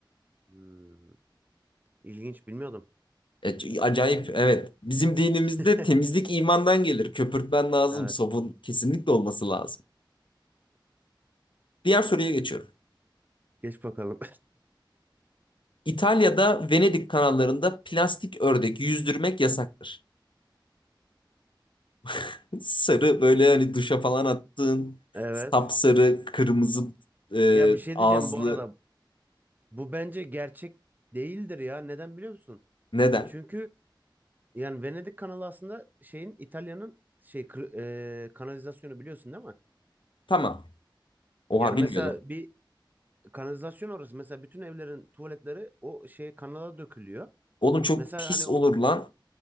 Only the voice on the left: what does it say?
E, Acayip evet. Bizim dinimizde
temizlik imandan gelir. Köpürtmen lazım.
Sabun kesinlikle olması lazım. Diğer soruya geçiyorum.
İtalya'da Venedik kanallarında plastik ördek yüzdürmek yasaktır. <laughs> Sarı böyle hani duşa falan attığın
sapsarı kırmızı e,
ağızlı
neden?
Tamam. Oha
bilmiyordum.
Oğlum çok
pis
olur lan.